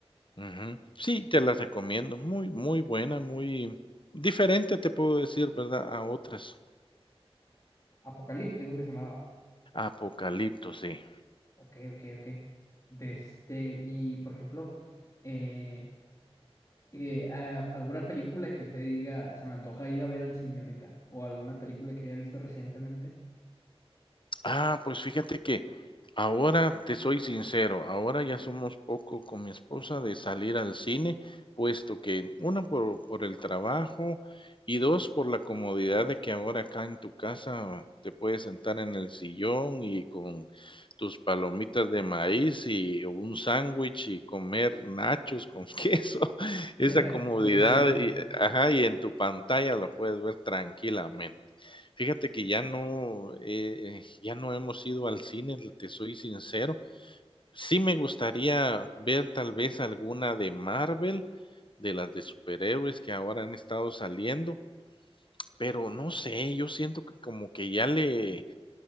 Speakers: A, on the left; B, on the left.
A: Ujú. Sí, te la recomiendo, muy, muy buena, muy diferente, te puedo decir, ¿verdad?, a otras.
B: Apocalíptico que se llamaba.
A: Apocalipto, sí.
B: Ok, ok, ok. De este, y por ejemplo, eh, eh, a- ¿alguna película que usted diga, se me antoja ir a ver al cine ahorita? ¿O alguna película que haya visto recientemente?
A: Ah, pues fíjate que ahora te soy sincero, ahora ya somos poco con mi esposa de salir al cine, puesto que uno por, por el trabajo y dos por la comodidad de que ahora acá en tu casa te puedes sentar en el sillón y con tus palomitas de maíz y un sándwich y comer nachos con <laughs> queso,
B: <laughs>
A: esa comodidad,
B: Muy cierto.
A: y, ajá, y en tu pantalla lo puedes ver tranquilamente. Fíjate que ya no, eh, eh, ya no hemos ido al cine, te soy sincero. Sí me gustaría ver tal vez alguna de Marvel, de las de superhéroes que ahora han estado saliendo, pero no sé, yo siento que como que ya le,